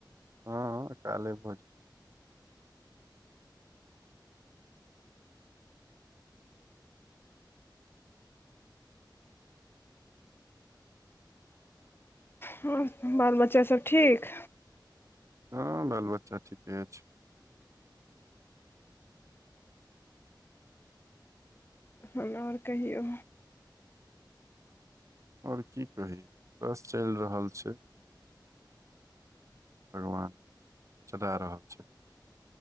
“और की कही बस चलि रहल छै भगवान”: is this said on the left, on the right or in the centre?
Right